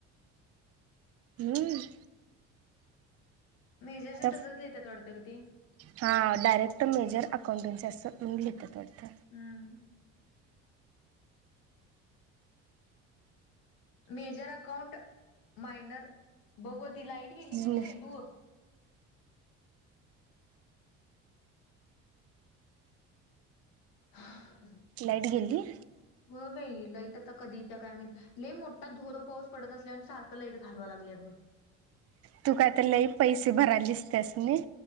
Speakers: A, on the right; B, on the left.
A: हम्म.
B: मेजरशी
A: तर
B: तसंच लिेतात थोडं की
A: हा डायरेक्ट मेजर अकाउंटनचे असं
B: हम्म
A: म्हण लिेतात थोडत.
B: हम्म मेजर अकाउंट मायनर बघव. ती लाईट गेली
A: बिझनेस
B: का नाही वेधूक <inaudible>
A: लाईट गेल्ली.
B: हो बाई लाईट आता कधी त्या कायम लले मोठा धोरो पाऊस पडत असल्यान सारखं लाईट घालवा लागलेत ब
A: तू का तर लई पैसे भरायलेसतेस नाही.